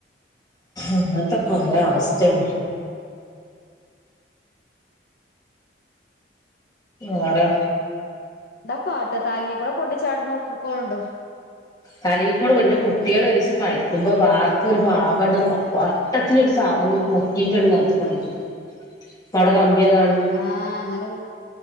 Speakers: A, on the left; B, on the left.
A: അങ്ങത്തെ കൊറെ
B: ആഹ്
A: അവസ്ഥയാണ് ആരാ
B: ഇന്താക്കട്ട് താനീ കൂടെ പൊട്ടിച്ചാട്ട കൊണ്ടോ
A: കലിയിൽക്കൂടെ എന്റെ കുട്ടികള ഒരു ദസം കളിക്കുമ്പോ വാർത്ത ഒരു പാകടം വട്ടത്തിൊരു സാധനം പൊക്കിയിട്ടാണ് നിലത്തുകാണ് വീണ് അധ ക പടക
B: ആഹ് അങ്ങനെ